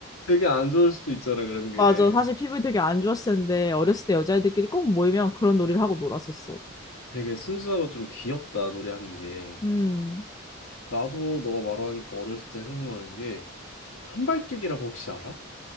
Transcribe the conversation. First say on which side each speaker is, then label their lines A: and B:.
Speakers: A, on the left; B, on the left.
A: 되게 안 좋을 수도 있잖아, 그런 게.
B: 맞아. 사실 피부에 되게 안 좋았을 텐데 어렸을 때 여자애들끼리 꼭 모이면 그런 놀이를 하고 놀았었어.
A: 되게 순수하고 좀 귀엽다, 노래하는 게.
B: 음.
A: 나도 너가 말하니까 어렸을 때 생각나는 게, 한발뛰기라고 혹시 알아?